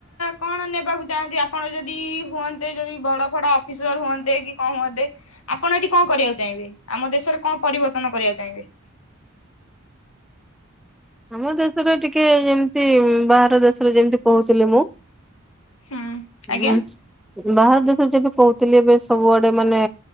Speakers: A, on the left; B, in the centre.
A: କଣ ନେବାକୁ ଚାହାନ୍ତି ଆପଣ ଯଦି ହୁଅନ୍ତେ ଯଦି ବଡ ଫଡ ଅଫିସର ହୁଅନ୍ତେ କି କଣ ହୁଅନ୍ତେ ଆପଣ ଏଠି କଣ କରିବାକୁ ଚାହିଁବେ ଆମ ଦେଶରେ କଣ ପରିବର୍ତ୍ତନ କରିବାକୁ ଚାହିଁବେ।
B: ଆମ ଦେଶରେ ଟିକେ ଯେମିତି ବାହାର ଦେଶରେ ଯେମିତି କହୁଥିଲି ମୁଁ।
A: ହୁଁ। ଆଜ୍ଞା
B: ହୁଁ ବାହାର ଦେଶରେ ଯେବେ କହୁଥିଲି ଏବେ ସବୁଆଡେ ମାନେ